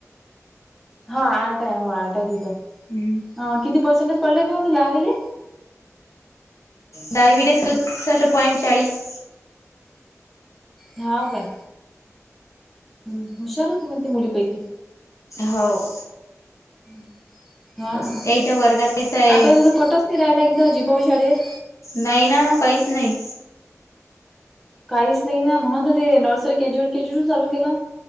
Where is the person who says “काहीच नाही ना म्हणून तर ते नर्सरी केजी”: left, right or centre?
Centre